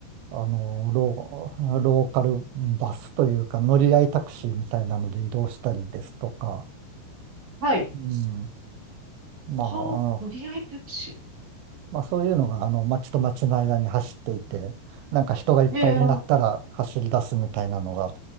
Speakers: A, on the right; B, on the right.
A: あの、ロー、ローカルバスというか、乗り合いタクシーみたいなので移動したりですとか、
B: はい。
A: うん、まあ、
B: はあ、
A: あの
B: 乗り合いタクシ
A: まあ、そういうのが、あの、街と街の間に走っていて、なんか人がいっぱいになったら走り出すみたいなのが、
B: ー。へえ。